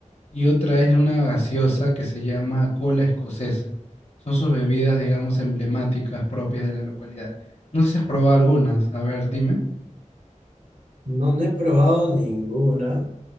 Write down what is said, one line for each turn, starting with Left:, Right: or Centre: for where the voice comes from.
Left: y otra es una gaseosa que se llama cola escocesa. Son sus bebidas, digamos, emblemáticas propias de la localidad. No sé si has probado algunas. A ver, dime.
Right: No, no he probado ninguna.